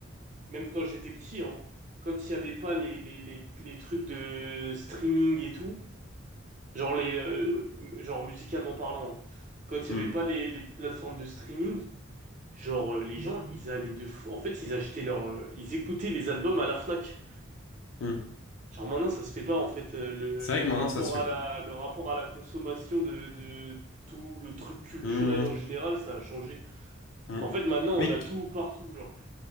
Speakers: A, on the right; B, on the left.
A: même quand j'étais petit, hein, quand il n'y avait pas les, les, les, les trucs de streaming et tout. Genre, les, euh, genre musicalement parlant, hein. quand
B: hum,
A: il n'y avait pas les, les plateformes de streaming, genre euh, les gens, ils allaient de fou. En fait, ils achetaient leur, euh, ils écoutaient les albums à la Fnac.
B: hum.
A: Genre maintenant, ça se fait pas en fait. euh, le,
B: C'est vrai
A: le
B: que
A: rapport
B: maintenant, ça se fait
A: à
B: plus.
A: la, le rapport à la consommation de, de tout le truc culturel
B: Hum,
A: en général, ça a changé.
B: hum.
A: En fait, maintenant,
B: Mais
A: on a tout partout, genre.